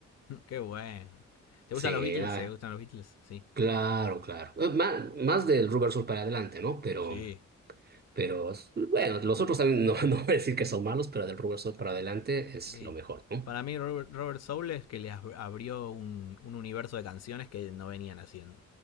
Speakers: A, on the left (about 55°); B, on the right (about 30°).
A: Qué bueno. ¿Te
B: Sí,
A: gustan los Beatles?
B: ah,
A: ¿Te gustan los Beatles? Sí.
B: claro, claro. Más, más del Rubber Soul para adelante, ¿no? Pero,
A: Sí.
B: pero bueno, los otros también no, <laughs> no voy a decir que son malos, pero del Rubber Soul para adelante es
A: Eh,
B: lo mejor, ¿no?
A: para mí Robert, Robert Soul es que le ab- abrió un, un universo de canciones que no venían haciendo.